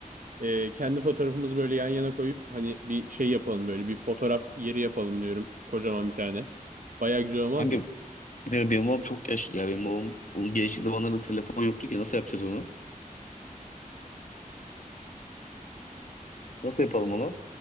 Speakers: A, on the right; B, on the left.
A: Ee, kendi fotoğrafımızı böyle yan yana koyup hani bir şey yapalım böyle bir fotoğraf yeri yapalım diyorum. Kocaman bir tane. Baya güzel olmaz
B: Kanka
A: mı?
B: benim, benim babam çok yaşlı ya. Benim babam o gençlik zamanlarda telefon yoktu ki nasıl yapacağız onu? Nasıl yapalım onu?